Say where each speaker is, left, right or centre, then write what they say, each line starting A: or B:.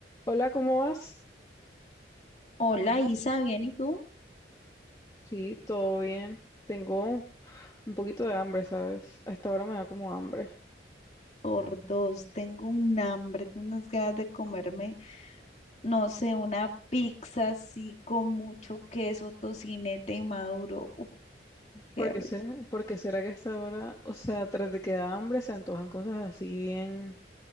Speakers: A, on the left (about 20°); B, on the left (about 35°).
A: Hola, ¿cómo vas?
B: Hola Isa, ¿bien y tú?
A: Sí, todo bien. Tengo un un poquito de hambre, ¿sabes? A esta hora me da como hambre.
B: Por dos, tengo un hambre, tengo unas ganas de comerme, no sé, una pizza así con mucho queso, tocineta y maduro. Uf, qué
A: Porque
B: rico.
A: sé, porque será que a esta hora, o sea, tras de que da hambre se antojan cosas así bien